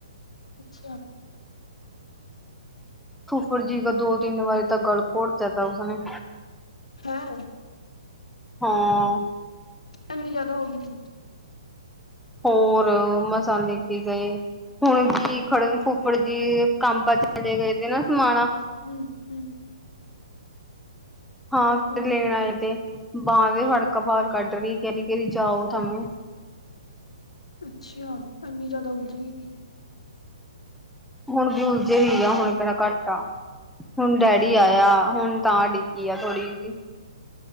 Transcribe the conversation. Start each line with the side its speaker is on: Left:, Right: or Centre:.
Left: ਅੱਛਾ।
Centre: ਫੂਫਰ ਜੀ ਕਾ ਦੋ ਤਿੰਨ ਵਾਰੀ ਤ ਗਲ ਘੋੜ ਦਿੱਤਾ ਉਸਨੇ।
Left: ਹੈਂ।
Centre: ਹਾਂ।
Left: ਏਨੀ ਜਾਦਾ ਹੋ ਗਈ ਸੀ।
Centre: ਹੋਰ ਮਸ ਸਾ ਲੈ ਕੇ ਗਏ, ਹੁਨ ਕੀ ਖੜਨ ਫੁੱਫੜ ਜੀ ਕੰਮ ਪੇ ਚਲੇ ਗਏ ਤੇਰਾ ਸਮਾਨ ਆ।
Left: ਹੂੰ-ਹੂੰ
Centre: ਹਾਂ ਫ
Left: ਹੂੰ
Centre: ਲੈਣ ਆਏ ਤੇ ਬਾਂਹ ਵੀ ਫੜਕੇ ਬਾਰ ਕੱਢ ਰਹੀ ਕੈਰੀ ਜਾਓ ਥਾੳ।
Left: ਅੱਛਾ, ਇੰਨੀ ਜਾਦਾ ਉਲਝ ਗਈ ਥੀ।
Centre: ਹੁਨ ਵੀ ਊਲਝੀ ਹੁਈਆ ਹੁਨ ਕੇੜਾ ਘੱਟ ਆ। ਹੁਨ ਡੈਡੀ ਆਇਆ ਹੁਨ ਤਾਂ ਟਿਕੀ ਆ ਥੋੜੀ ਜਿ